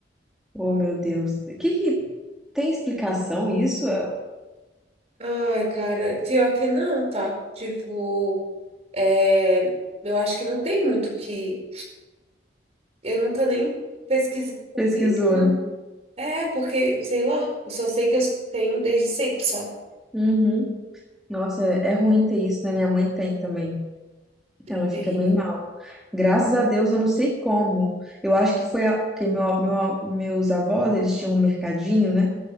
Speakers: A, in the centre; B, on the right.
A: ô, meu Deus, que que tem explicação isso? É,
B: Ai, cara, pior que não, tá? Tipo, é, eu acho que não tem muito o que. Eu nunca nem pesquisei
A: Pesquisou,
B: assim, porque não.
A: né?
B: É, porque, sei lá, eu só sei que eu tenho desde sempre, sabe?
A: Uhum. Nossa, é, é ruim ter isso, né? Minha mãe tem também, ela
B: É terrível.
A: fica bem mal. Graças a Deus, eu não sei como. Eu acho que foi a, porque meu, meu, meus avós, eles tinham um mercadinho, né?